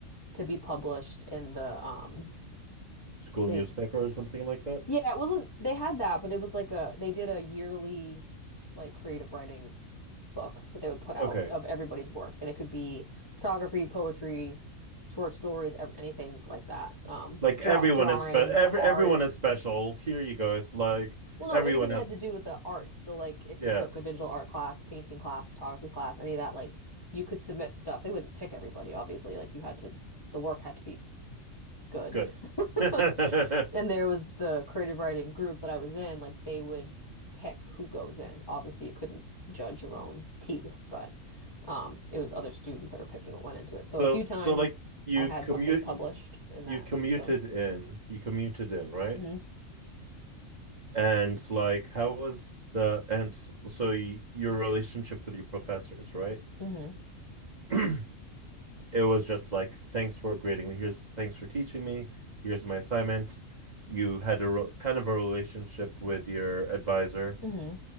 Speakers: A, on the left (about 20°); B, on the right (about 35°).
A: to be published in the um
B: School
A: they
B: newspaper or something like that.
A: yeah, it wasn't they had that, but it was like a they did a yearly like creative writing book that they would put out
B: Okay.
A: of everybody's work and it could be photography, poetry, short stories, ev- anything like that. Um
B: Like
A: draw
B: everyone
A: drawings,
B: is spe every
A: art.
B: everyone is special. Here you go. It's like
A: Well, no,
B: everyone
A: anything that
B: has
A: had to do with the arts. So like if
B: yeah,
A: you took a digital art class, painting class, photography class, any of that like you could submit stuff. They wouldn't pick everybody, obviously. Like you had to the work had to be good.
B: good.
A: <laughs>
B: <laughs>
A: And there was the creative writing group that I was in, like they would pick who goes in. Obviously, you couldn't judge your own piece, but um, it was other students that were picking what went into it. So
B: So
A: a few times
B: so like you
A: I had
B: commute
A: something published
B: you,
A: in
B: you
A: that.
B: commuted
A: So,
B: in, you commuted in, right?
A: hmm
B: And like how was the and s- so y your relationship with your professors, right?
A: hmm
B: <clears throat> It was just like thanks for grading me. Here's thanks for teaching me. Here's my assignment. You had a re- kind of a relationship with your advisor.
A: hmm